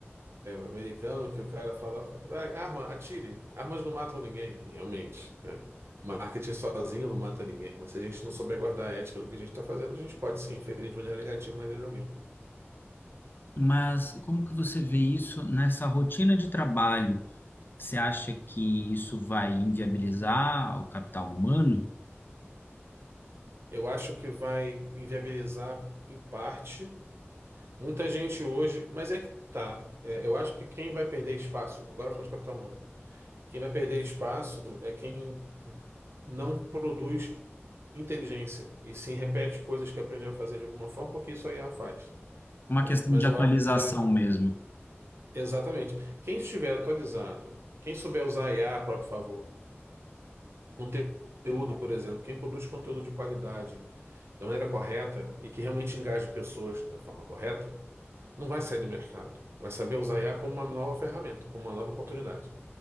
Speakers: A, on the right (about 65°); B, on the left (about 50°).
A: americano que o cara fala, vai, arma, atire. Armas não matam ninguém. E realmente, né? Marketing sozinho não mata ninguém, mas se a gente não souber guardar a ética do que a gente está fazendo, a gente pode sim inferir de maneira negativa na vida de alguém.
B: Mas como que você vê isso nessa rotina de trabalho? Você acha que isso vai inviabilizar o capital humano?
A: Eu acho que vai inviabilizar em parte muita gente hoje, mas é que tá. É, eu acho que quem vai perder espaço, agora falando de capital humano, quem vai perder espaço é quem não produz inteligência e sim repete coisas que aprendeu a fazer de alguma forma, porque isso a IA faz.
B: É Uma
A: né?
B: questão
A: Mas
B: de atualização
A: eu acho que, por exemplo,
B: mesmo.
A: exatamente. Quem estiver atualizado, quem souber usar IA a a próprio favor, conteúdo, por exemplo, quem produz conteúdo de qualidade da maneira correta e que realmente engaje pessoas da forma correta, não vai sair do mercado. Vai saber usar IA como uma nova ferramenta, como uma nova oportunidade.